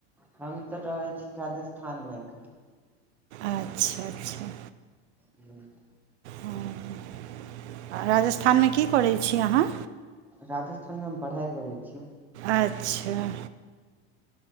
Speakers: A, in the centre; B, on the right (about 75°).
A: हम तऽ रहै छी राजस्थानमे एखन
B: अच्छा अच्छा
A: हू <unintelligible>
B: हू राजस्थानमे की करै छी अहाँ
A: राजस्थान मे हम पढ़ाई करै छियै
B: अच्छा